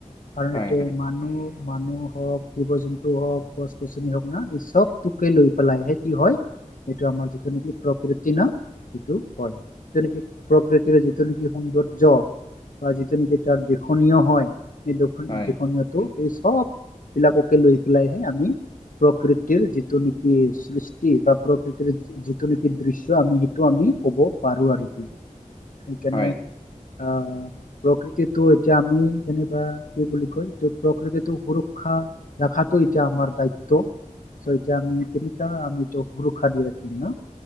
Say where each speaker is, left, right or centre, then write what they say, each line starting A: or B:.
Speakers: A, on the left; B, on the left.
A: কাৰণ
B: হয়
A: এতে মানুহ মানুহ হওক, জীৱ জন্তু টো হওক, গছ গছনি হওক না এই চবটোকে লৈ পেলাইহে কি হয় এইটো আমাৰ যিটো নেকি প্ৰকৃতি না সেইটো হয়। যিটো নেকি প্ৰকৃতিৰে যিটো নেকি সৌন্দৰ্য বা যিটো নেকি তাৰ দিশনীয় হয় এই দু
B: হয়
A: দিশনিয়টো এই চববিলাককে লৈ পেলাইহে আমি প্ৰকৃতিৰ যিটো নেকি সৃষ্টি বা প্ৰকৃতিৰ যিটো নেকি দৃশ্য আমি সেইটো আমি ক'ব পাৰোঁ আৰকি সেইকাৰণে
B: হয়
A: অ'। প্ৰকৃতিটো এতিয়া আমি যেনিবা, কি বুলি কয় এইটো প্ৰকৃতিটো সুৰক্ষা দেখটো এতিয়া আমাৰ দায়িত্ব। চ' এতিয়া আমি তেনেকা আমি এইটো সুৰক্ষা দি ৰাখিম ন'